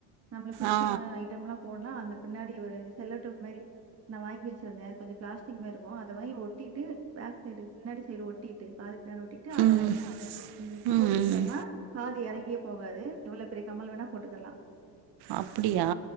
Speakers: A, on the right; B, on the right.
A: நம்மள பிடிச்ச
B: ஆ
A: மா ஐட்டம்ல்லா போட னா அந்த பின்னாடி ஒரு செலோ டேப் மாரி நா வாங்கி வச்சுருந்தே கொஞ்சோ பிளாஸ்டிக் மாரி இருக்கு அத வாங்கி ஒட்டிட்டு பேக் சைடு பின்னாடி சைடு ஒட்டிட் ட்டு அதுக் ன்னாடி ஓட்டிட்டு அத
B: ம்
A: உம்
B: ம்
A: போட்டுகிட்டம்னா
B: ம்
A: காது எறங்கியே போகாது எவ்வள பெரிய கம்மல் வேணா போட்டுக்குறலா
B: அப்டியா